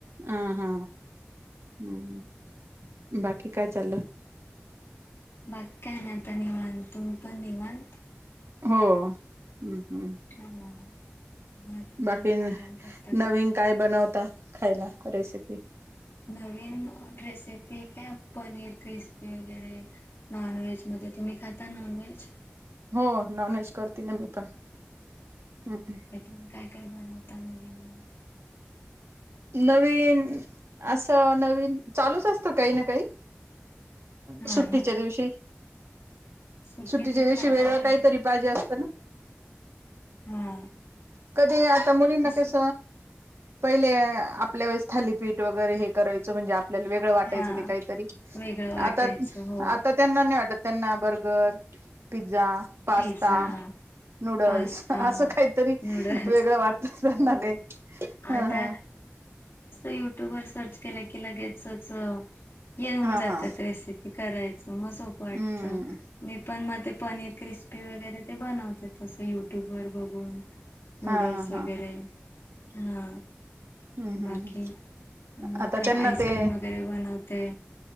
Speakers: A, on the right; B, on the left.
A: हा हा हम् बाकी काय चाललं.
B: बाग काय नाही आता निवांत तुम पण निवांत.
A: हो. हम् हम्
B: हम्म. मग
A: बाकी
B: घरी आराम करता
A: नवीन काय बनवत खायला रेसिपी.
B: नवीन रेसिपी काय पनीर क्रिस्पी वगैरे नॉनव्हेज म तुम्ही खाता नॉनव्हेज?
A: हो नॉनव्हेज करते ना मी पण. हम्म
B: तुम्ही काय काय बनवता नवीन?
A: नवीन असं नवीन चालूच असतं काही ना काही.
B: हा
A: सुट्टीच्या
B: ना
A: दिवशी.
B: सुट्टीत
A: सुट्टीच्या
B: मग
A: दिवशी
B: काय
A: वेगळं
B: काय केलं?
A: काहीतरी पाहिजे असतं ना.
B: हा.
A: कधी आता मुलींना
B: असं
A: कस पहिले आपल्या वेळेस थालीपीठ वगैरे हे करायचो म्हणजे आपल्याला वेगळं वाटायचं
B: हा
A: ते काहीतरी
B: वेगळं वाटायचं
A: आता
B: हो.
A: आता त्यांना नाही वाटत त्यांना burger pizza pasta
B: pizza,
A: noodles
B: pasta,
A: असं काहीतरी वेगळं
B: नूडल्स
A: वाटतं तसं त्यांना
B: हो.
A: ते
B: आता
A: हा हा
B: युट्यूब वर सर्च केलं की लगेचच येऊन
A: हा
B: जातात
A: हा
B: रेसिपी करायचं. मग सोपं वाटतं
A: हम्म
B: मी पण मध्ये पनीर क्रिस्प पी वगैरे ते बनवते तं युट्यूब वर बघून नूडल्स
A: हा हा
B: वगैरे
A: हा
B: हा
A: हम्म हम्म
B: बाकी म
A: आता
B: काय
A: त्यांना
B: आईस्क्रीम
A: ते
B: वगैरे बनवत ते